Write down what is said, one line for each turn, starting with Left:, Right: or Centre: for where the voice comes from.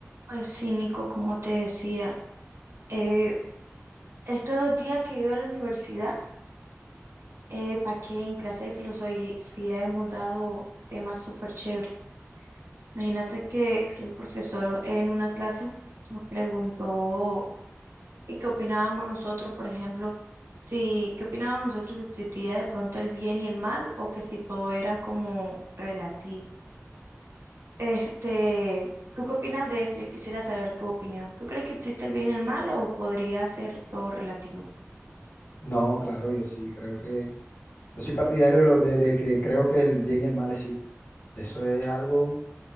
Right: Pues sí, Nico, como te decía, eh, estos días que he ido a la universidad, eh, para que en clase de filosofía hemos dado temas súper chéveres. Imagínate que el profesor en una clase nos preguntó y qué opinábamos nosotros, por ejemplo, si qué opinábamos nosotros si existía de pronto el bien y el mal o que si todo era como relativo. Este, ¿tú qué opinas de eso? Yo quisiera saber tu opinión. ¿Tú crees que existe el bien y el mal o podría ser todo relativo?
Left: No, claro, yo sí creo que, yo soy partidario de, lo de, de que creo que el bien y el mal existen. Eso es algo